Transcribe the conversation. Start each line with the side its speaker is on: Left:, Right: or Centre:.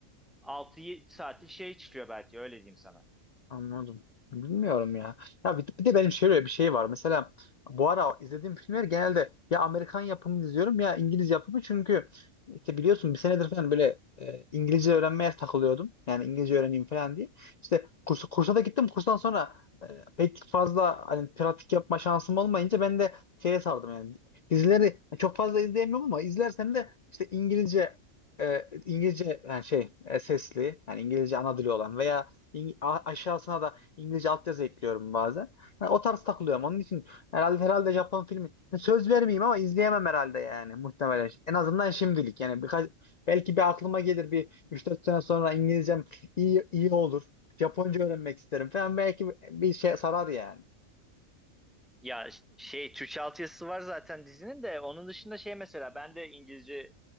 Centre: altı saatlik şey çıkıyor belki öyle diyeyim sana.
Left: Anladım. Bilmiyorum ya. Ya bir, bir de benim şöyle bir şey var. Mesela bu ara izlediğim filmler genelde ya Amerikan yapımı izliyorum ya İngiliz yapımı çünkü işte biliyorsun bir senedir falan böyle e, İngilizce öğrenmeye takılıyordum. Yani İngilizce öğreneyim falan diye. İşte kursa, kursa da gittim. Kurstan sonra e, pek fazla hani pratik yapma şansım olmayınca ben de şeye sardım yani. Dizileri çok fazla izleyemiyorum ama izlersem de işte İngilizce e, İngilizce yani şey e, sesli yani İngilizce ana dili olan veya İng- a- aşağısına da İngilizce altyazı ekliyorum bazen. Yani o tarz takılıyorum. Onun için herhalde herhalde Japon filmi yani söz vermeyeyim ama izleyemem herhalde yani muhtemelen. En azından şimdilik yani birkaç belki bir aklıma gelir bir üç dört sene sonra İngilizcem iyi iyi olur. Japonca öğrenmek isterim falan belki bir şey sarar yani.
Centre: Ya ş- şey Türkçe altyazısı var zaten dizinin de onun dışında şey mesela ben de İngilizce